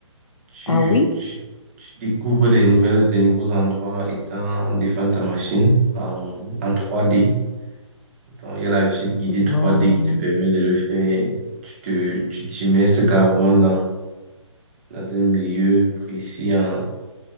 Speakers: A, on the right; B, on the left.
A: tu,
B: Ah oui?
A: tu, tu découvres des nouvelles, des nouveaux endroits étant défendre ta machine en, en trois d Donc, il y a la visite guidée
B: Oh
A: trois
B: Non.
A: d qui te permet de le faire. Tu te, tu t'immerses carrément dans, dans un milieu précis en,